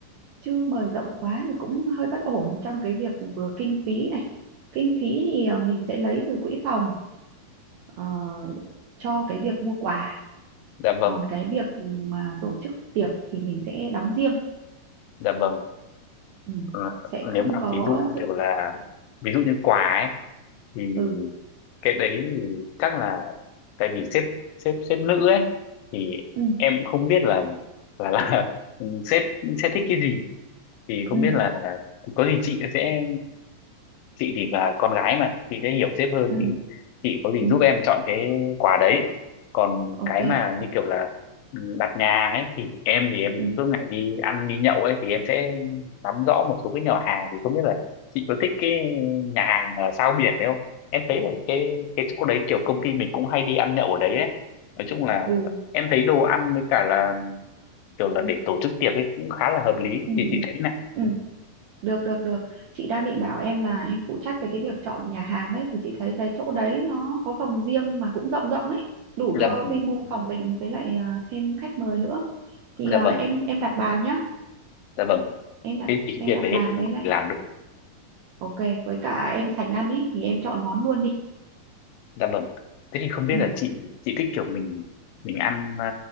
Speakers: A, on the right; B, on the left.
A: chứ mời rộng quá thì cũng hơi bất ổn trong cái việc vừa kinh phí này kinh phí thì ờ, mình sẽ lấy từ quỹ phòng ờ, cho cái việc mua quà
B: dạ vâng
A: còn cái việc mà tổ chức tiệc thì mình sẽ đóng riêng
B: dạ vâng
A: ừ.
B: Ờ,
A: sẽ không
B: nếu mà
A: có
B: ví dụ như
A: sự
B: kiểu là ví dụ như quà ấy thì
A: ừ
B: cái đấy thì chắc là tại vì sếp sếp sếp nữ ấy thì
A: ừ
B: em cũng không biết là là là <laughs> sếp sẽ thích cái gì thì không
A: ừ
B: biết là có gì chị sẽ chị thì là con gái mà chị sẽ hiểu sếp hơn
A: ừ,
B: thì
A: Ừ.
B: chị có gì
A: ừ.
B: giúp em chọn cái quà đấy còn
A: ok
B: cái mà như kiểu là ừ, đặt nhà hàng ấy thì em thì em
A: ừ.
B: suốt ngày đi ăn đi nhậu ấy thì em sẽ nắm rõ một số cái nhà hàng thì không biết là chị có thích cái nhà hàng ở sao biển đấy không em thấy ở cái cái chỗ đấy kiểu công ty mình cũng hay đi ăn nhậu ở đấy ấy nói chung là
A: ừ
B: em thấy đồ ăn với cả là kiểu là để tổ chức tiệc ấy cũng khá là hợp lý
A: ừ
B: thì
A: ừ
B: chị thấy
A: ừ. được được được chị đang định bảo em là em phụ trách về cái việc chọn nhà hàng đấy thì chị thấy cái chỗ đấy nó có phòng riêng mà cũng rộng rộng ấy đủ cho
B: dạ vâng
A: quy mô phòng mình với lại à, thêm khách mời nữa thì
B: dạ
A: à,
B: vâng
A: em em đặt bàn nhá
B: dạ vâng
A: em đặt
B: thế thì cái
A: em
B: việc
A: đặt
B: đấy
A: bàn
B: em
A: với
B: có
A: lại
B: thể làm được
A: ok với cả em sành ăn ấy thì em chọn món luôn đi
B: dạ vâng thế thì không biết
A: ừ.
B: là chị chị thích kiểu mình mình ăn ờ,